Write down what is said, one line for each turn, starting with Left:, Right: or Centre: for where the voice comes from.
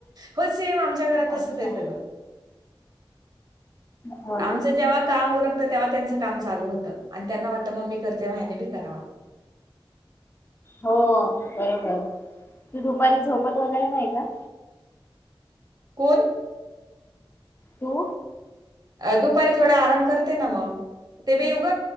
Right: हो सेम आमच्या घरात तसच
Left: अच्छा
Right: आहे सगळं.
Left: हो
Right: आमचं
Left: ना
Right: जेव्हा काम उरत तेव्हा त्यांचं काम चालू होतं आणि त्यांना वाटतं मग मी करते म्याने बी करावा
Left: हो बरोबर तू दुपारी झोपत वगैरे नाही का
Right: कोण
Left: हो
Right: दुपारी थोड आराम करते ना मग ते ब येऊ ग